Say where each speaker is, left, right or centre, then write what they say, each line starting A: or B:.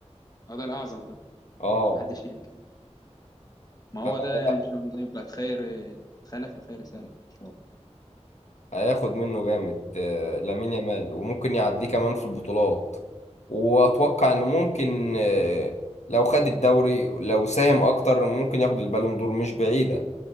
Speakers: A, on the left; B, on the left.
A: هو ده الأعظم ده
B: اه
A: محدش يبكي ما هو
B: فلا
A: ده إن شاء الله يبقى خير خلف لخير سلف إن شاء الله
B: هياخد منه جامد آه، لامين يامال وممكن يعديه كمان في البطولات واتوقع ان ممكن آه، لو خد الدوري لو ساهم اكتر ممكن ياخد البالون دور مش بعيدة